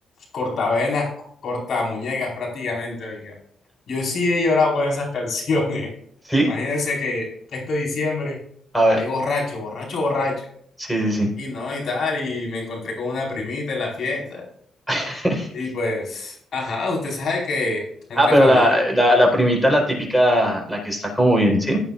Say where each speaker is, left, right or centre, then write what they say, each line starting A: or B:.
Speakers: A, on the left; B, in the centre.
A: cortavenas, cortamuñecas prácticamente, oiga. Yo sí he llorado con esas <laughs> canciones.
B: ¿Sí?
A: Imagínense que este diciembre
B: A
A: había
B: ver,
A: borracho, borracho, borracho.
B: sí, sí, sí.
A: Y no, y tal, y me encontré con una primita en la fiesta.
B: <laughs>
A: Y pues, ajá, usted sabe que entre
B: Ah, pero
A: familia.
B: la, la, la primita, la típica, la que está como bien, ¿sí?